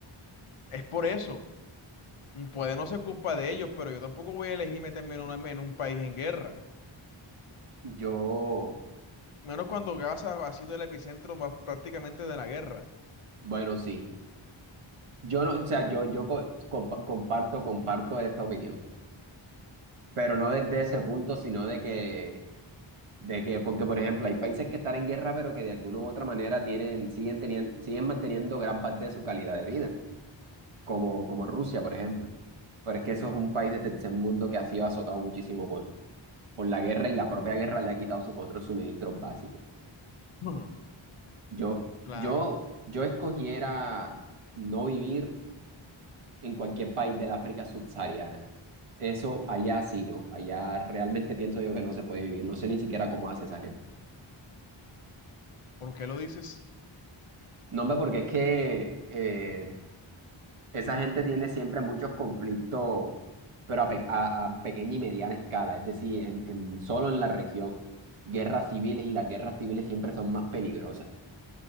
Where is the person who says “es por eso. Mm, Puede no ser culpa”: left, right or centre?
Left